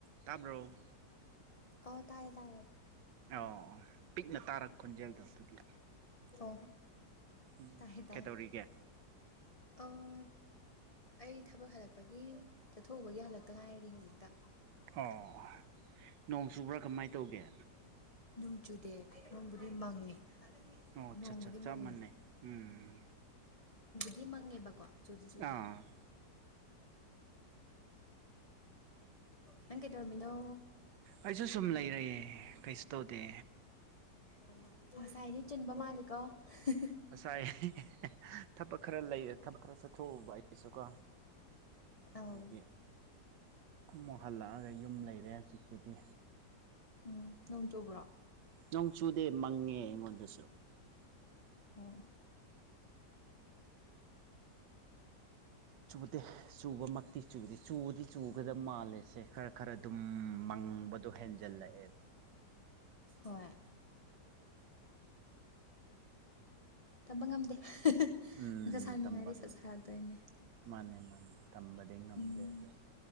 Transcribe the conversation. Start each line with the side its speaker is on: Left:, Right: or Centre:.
Right: ꯇꯥꯕ꯭ꯔꯣ
Left: ꯑꯣ ꯇꯥꯏ ꯇꯥꯏ ꯌꯦ
Right: ꯑꯣ ꯄꯤꯛꯅ ꯇꯥꯔꯛ ꯈꯣꯟꯖꯦꯜꯗꯣ ꯑꯗꯨꯒꯤ
Left: ꯑꯣ
Right: ꯎꯝ
Left: ꯇꯥꯏꯌꯦ ꯇꯥꯏꯌꯦ
Right: ꯀꯦ ꯇꯧꯔꯤꯒꯦ
Left: ꯑꯧ ꯑꯩ ꯊꯕꯛ ꯍꯜꯂꯛꯄꯒꯤ ꯆꯠꯊꯣꯛꯎꯕꯒꯤ ꯍꯜꯂꯛꯇ ꯉꯥꯏꯔꯤ ꯍꯧꯖꯤꯛꯇ
Right: ꯑꯣ ꯅꯣꯡ ꯆꯨꯕ꯭ꯔꯥ ꯀꯃꯥꯏꯅ ꯇꯧꯒꯦ
Left: ꯅꯣꯡ ꯆꯨꯗꯦ ꯅꯣꯡꯕꯨꯗꯤ ꯃꯪꯉꯦ
Right: ꯑꯣ ꯑꯆꯥ
Left: ꯅꯣꯡꯕꯨꯗꯤ
Right: ꯑꯆꯥ ꯆꯞ
Left: ꯃꯪꯉꯦ
Right: ꯃꯥꯟꯅ ꯩ ꯎꯝ
Left: ꯃꯪꯗꯤ ꯃꯪꯉꯦꯕꯀꯣ ꯆꯨꯗꯤ ꯆꯨꯗꯦ
Right: ꯑꯥ
Left: ꯅꯪ ꯀꯩꯗꯧꯔꯝꯃꯤꯅꯣ
Right: ꯑꯩꯁꯨ ꯁꯨꯝ ꯂꯩꯔꯑꯦ ꯀꯩꯁꯨ ꯇꯧꯗꯦ
Left: ꯑꯣ ꯉꯁꯥꯏꯗꯤ ꯆꯤꯟꯕ ꯃꯥꯜꯂꯤꯀꯣ ꯍꯤꯍꯤ
Right: ꯉꯁꯥꯏ ꯍꯤꯍꯤꯍꯤ ꯊꯕꯛ ꯈꯔ ꯂꯩ ꯊꯕꯛ ꯈꯔ ꯆꯠꯊꯣꯛꯎꯕ ꯑꯩꯁꯨꯀꯣ
Left: ꯑꯧ
Right: ꯑꯗꯒꯤ ꯑꯃꯨꯛ ꯍꯜꯂꯛꯑꯒ ꯌꯨꯝ ꯂꯩꯔꯦ ꯍꯧꯖꯤꯛꯄꯨꯗꯤ
Left: ꯎꯝ ꯅꯣꯡ ꯆꯨꯕ꯭ꯔꯣ
Right: ꯅꯣꯡ ꯆꯨꯗꯦ ꯃꯪꯉꯦ ꯑꯩꯉꯣꯟꯗꯁꯨ
Left: ꯑꯣ
Right: ꯆꯨꯗꯦ ꯆꯨꯕꯃꯛꯇꯤ ꯆꯨꯗꯦ ꯆꯨꯗꯤ ꯆꯨꯒꯗ ꯃꯥꯜꯂꯦꯁꯦ ꯈꯔ ꯈꯔ ꯑꯗꯨꯝ ꯃꯪꯕꯗꯣ ꯍꯦꯟꯖꯜꯂꯛꯑꯦꯕ
Left: ꯍꯣꯏ ꯇꯝꯕ ꯉꯝꯗꯦ
Right: ꯎꯝ
Left: ꯅꯨꯡꯁꯥ ꯁꯥꯅꯤꯡꯉꯥꯏꯗꯤ
Right: ꯇꯝꯕꯥ
Left: ꯁꯠ
Right: ꯉꯝꯗꯦ
Left: ꯁꯥꯔꯛꯇꯣꯏꯅꯦ
Right: ꯃꯥꯅꯦ ꯃꯥꯅꯦ ꯇꯝꯕꯗꯤ ꯉꯝꯗꯦ
Left: ꯎꯝ
Right: ꯑꯗꯣ